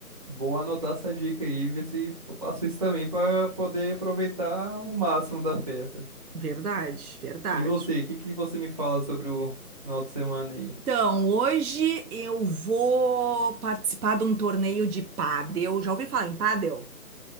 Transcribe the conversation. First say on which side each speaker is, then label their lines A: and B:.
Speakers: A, on the right; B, on the right.
A: Vou anotar essa dica aí, ver se eu faço isso também para poder aproveitar o máximo da festa.
B: Verdade, verdade.
A: E você, o que que você me fala sobre o final de semana aí?
B: Então, hoje eu vou participar de um torneio de pádel. Já ouvi falar em pádel?